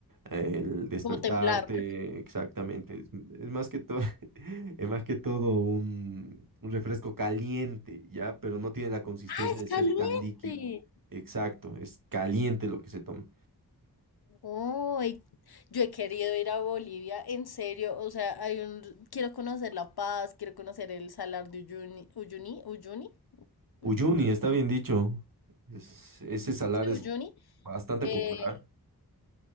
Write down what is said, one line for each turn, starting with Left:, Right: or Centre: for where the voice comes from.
Right: el despertarte,
Left: como temblar.
Right: exactamente. Es, es más que todo, <laughs> es más que todo un, un refresco caliente, ¿ya? Pero no tiene la consistencia
Left: Ah, es
Right: de
Left: caliente.
Right: ser tan líquido. Exacto, es caliente lo que se toma.
Left: Oh, y- yo he querido ir a Bolivia, en serio. O sea, hay un, quiero conocer La Paz, quiero conocer el Salar de Uyuni, Uyuni, Uyuni,
Right: Uyuni,
Left: Uyu-
Right: está bien dicho. Es- ese salar
Left: sí,
Right: es
Left: Uyuni.
Right: bastante
Left: Eh,
Right: popular.